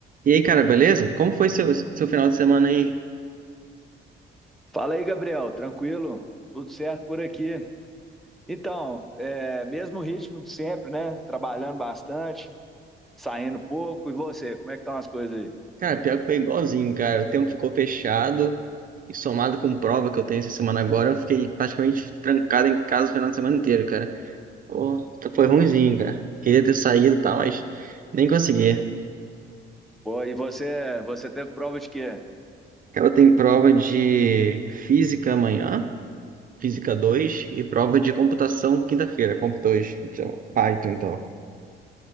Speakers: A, on the right; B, in the centre.
A: E aí, cara, beleza? Como foi seu, seu final de semana aí?
B: Fala aí, Gabriel, tranquilo? Tudo certo por aqui. Então, é, mesmo ritmo de sempre, né? Trabalhando bastante, saindo pouco. E você, como é que estão as coisas aí?
A: Cara, pior que foi igualzinho, cara. O tempo ficou fechado e somado com prova que eu tenho essa semana agora, eu fiquei praticamente trancado em casa o final de semana inteiro, cara. Pô, tá- foi ruimzinho, cara. Queria ter saído e tal, mas nem consegui.
B: Pô, e você, você teve prova de quê?
A: Cara, eu tenho prova de física amanhã, física 2 e prova de computação quinta-feira, comp 2 então, Python, então.